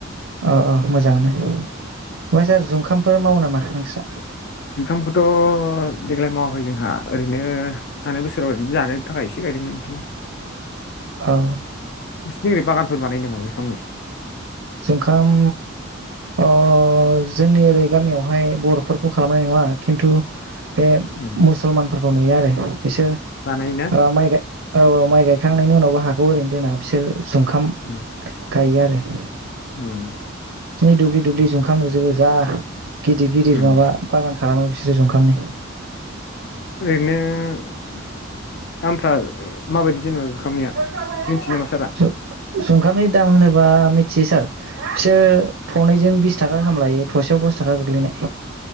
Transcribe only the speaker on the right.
अ अ मोजाङानो ओमफ्राय सार जुखामफोर मावो नामा नोंस्रा?
औ
जोंखाम ओ जोंनि ओरै गामियावहाय बरफोरखौ खालामनाय नुवा खेन्थु बे
मुसलमानफोरखौ नुयो आरो । बिसोर
माइ गाय औ औ माइ गायखांनायनि उनावबो हाखौ ओरैनो दोना बिसोर । जुंखाम
गायो आरो ।
दुब्लि दुब्लि जुुंखां नुजोबो जा। गिदिर-गिदिर
माबा बागान खालामो बिसोरो जओंखामनि।
<unintelligible>
दाम होनोबा मिथियो सार बिसोर थनैजों बिस थाखा खाहामलायो थसेयाव दस थाखा गोग्लैनाय।